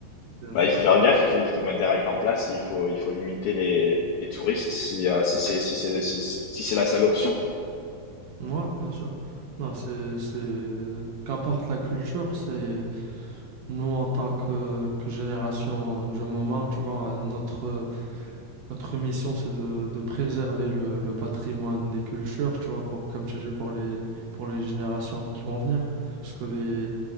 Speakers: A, on the right; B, on the left.
A: bien
B: Bah,
A: sûr.
B: il faut faire gaffe, il faut il faut mettre des règles en place, il faut il faut limiter les les touristes si euh, si c'est si c'est si, si c'est la seule option.
A: Moi, bien sûr. Non, c'est, c'est, qu'importe la culture, c'est nous en tant que, que génération du moment, tu vois, notre, notre mission, c'est de, de préserver le, le patrimoine des cultures, tu vois, pour, comme tu dis, pour les, pour les générations qui vont venir. Parce que les,